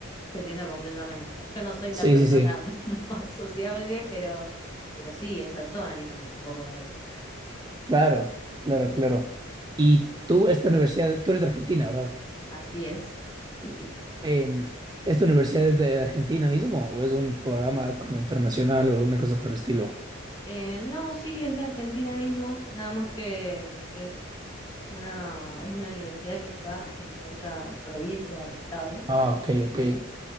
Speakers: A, on the left; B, on the right.
A: te entiendo completamente. O sea, yo no soy
B: Sí,
A: la persona
B: sí, sí.
A: <laughs> más sociable, pero, pero sí, o sea, todos necesitamos un poco de algo social.
B: Claro, claro, claro. Y tú, esta universidad, tú eres de Argentina, ¿verdad?
A: Así es. Sí, sí.
B: em, ¿esta universidad es de Argentina mismo o es un programa como internacional o alguna cosa por el estilo?
A: Eh, no, sí, es de Argentina mismo, nada más que es una, es una universidad que está en otra provincia o estado
B: Ah,
A: de acá en
B: ok,
A: Argentina.
B: ok.